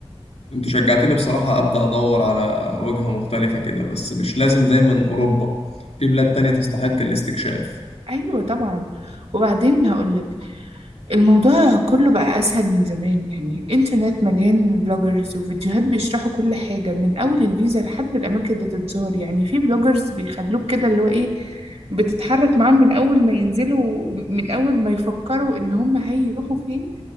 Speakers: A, on the left; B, on the right.
A: انت شجعتني بصراحة ابدا ادور على وجهة مختلفة كده بس مش لازم دايما اوروبا في بلاد تانية تستحق الاستكشاف
B: ايوه طبعا وبعدين هقولك الموضوع كله بقى أسهل من زمان يعني الإنترنت مليان بلوجرز وفيديوهات بيشرحوا كل حاجة من أول الفيزا لحد الأماكن اللي تتزار يعني في بلوجرز بيخلوك كده اللي هو إيه بتتحرك معاهم من أول ما ينزلوا من أول ما يفكروا إن هم هيروحوا فين